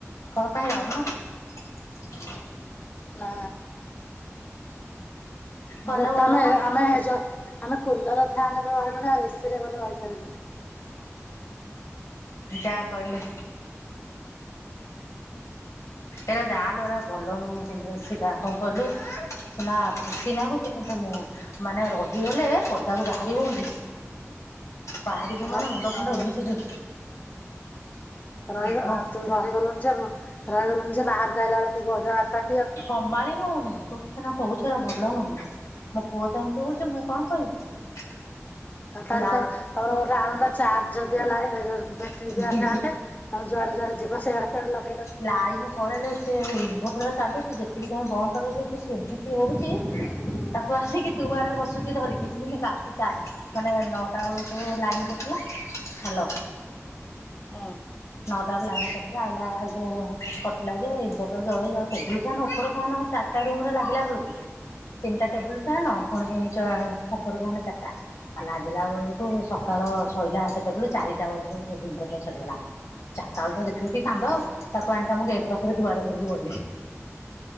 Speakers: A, on the left (about 85°); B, on the left (about 35°).
A: କଣ ପାଇଁ ଯାଉନା?
B: ନା
A: ଗଲେ
B: ଗୋଟେ
A: ଭଲ
B: ଆମେ
A: ନା।
B: ଆମେ ଯୋ ଆମେ କୁଲର୍, ଫ୍ୟାନ୍ ରେ ରହିଲୁଣି ଆଉ ଏସି ରେ ଗଲେ ରହି ପାରିବୁନି।
A: ଯା କହିଲେ। ଏଟା ଯାଲୁ ଏରା ଭଲ ନୁହେଁ କିନ୍ତୁ ସେଟା କଣ କହିଲୁ ନା ଖୁସି ନାଗୁଚି କିନ୍ତୁ ମୁଁ ମାନେ ରହିଗଲେ ପଦାକୁ ବାହାରି ହଉନି। ବାହାରିବ
B: ର
A: ମାନେ ମୁଣ୍ଡ ଫୁଣ୍ଡ
B: ର
A: ଏମିତି ବିନ୍
B: ରହିଗ
A: ହବ।
B: ତୁ ରହିଗଲୁଣି ଯେ ମୁଁ ରହିଗଲୁଣି ଯେ ବାହାରକୁ ଆଇଲା ବେଳକୁ <unintelligible> ଆସତା
A: ସମାଳିି ହଉନି। <unintelligible> କହୁଛ ରା ଭଲ ନୁହେଁ। ମୋ ପୁଅ ତ ଏମିତି ହଉଚୁ ମୁଁ କଣ କହିବି? ସେ
B: ଆଉ ତାହେଲେ ତ ତୋର ଗୋଟେ ଆଣନୁ ଚାର୍ଜ ଦିଆ ଲାଇ ଏ ଯୋଉ ବ୍ୟାଟେରୀ
A: ଲାଇନି
B: ଦିଆ ଫ୍ୟାନ୍ ଟେ ତୋମେ ଯୁଆଡ଼େ ଯୁଆଡ଼େ ଯିବ ସିଆଡ଼େ ସିଆଡେ ଲଗ
A: ଲାଇନ୍ ପଳେଇଲେ ସେ ଇନଭଟର୍ ଚାଲୁଚି ଯେତିକି ଟାଇମ୍ ବନ୍ଦ ରହିଯାଇଛି ସେମିତି ହଉଚି। ତାକୁ ଆସିକି ଦୁଆରେ ବସୁଚି ଧରିକି। ଦିନେ ରାତି ଟା ମାନେ ନଅଟା ବେଳକୁ ଲାଇନ୍ ପ ଥିଲା, ହେଲୋ
B: ଅଁ, ।
A: ତାର ଲାଇନ୍ କଟିଲା ଆଇଲା ହେଇ କଟିଲା ଯେ ଇନଭଟର୍ ଜଳେଇ ଯା ଟେବୁଲ୍ ଫ୍ୟାନ୍ ଉପର ଫ୍ୟାନ୍ ଚାଟା ରୁମ୍ ରେ ଲାଗିଲା ବେଳକୁ ତିନିଟା ଟେବୁଲ୍ ଫ୍ୟାନ୍
B: ହୁଁ।
A: ପୁଣି ଚ-ଉପର ଫ୍ୟାନ୍ ଚାଟା ଆ, ଲାଗିଲା ବେଳୁ ପୁଣି ସକାଳ
B: ହଁ
A: ସଇଲା କେତେବେଳୁ ଚାରିଟା ବେଳକୁ ବୁ- ଇନଭଟର୍ ସରିଗଲା। ଚାଟା ବେଳୁ ତ ଦେ ଫୁ କି କାନ୍ଦ
B: ହଁ
A: ତାକୁ ଆଣିକି ଆମ ଗେଟ୍ ପାଖରେ ଦୁଆରେ ଧରିକି ବୋଇଲି।